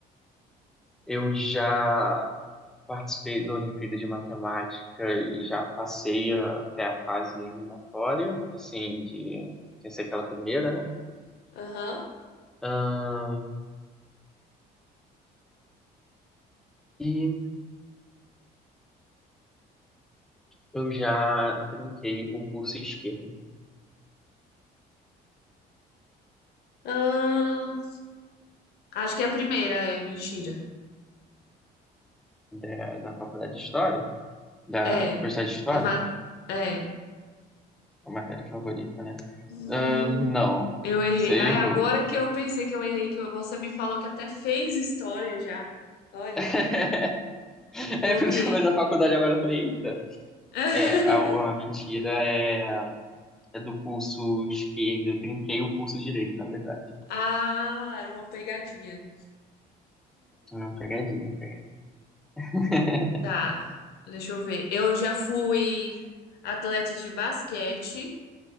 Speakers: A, in the centre; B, on the left (about 70°).
A: Eu já participei da Olimpíada de Matemática e já passei até a fase eliminatória, assim, de sem ser aquela primeira, né?
B: Aham.
A: Ah, e eu já trinquei o curso esquerdo
B: Ahn, acho que é a primeira é mentira.
A: da, da Faculdade de História, da
B: É.
A: Curso de História,
B: É. ma- é.
A: a matéria favorita, né?
B: Hum,
A: Ah, não,
B: eu errei.
A: você errou.
B: É, agora que eu pensei que eu errei, que você me falou que até fez história já. Olha
A: <laughs>
B: que bobiei.
A: É por isso que eu fiz a faculdade agora, eu falei, eita.
B: <laughs>
A: É, a, a mentira é, é do pulso esquerdo. Eu trinquei o pulso direito, na verdade.
B: Ah, era uma pegadinha.
A: Hum, pegadinha, pegadinha. <laughs>
B: Tá, deixa eu ver. Eu já fui atleta de basquete,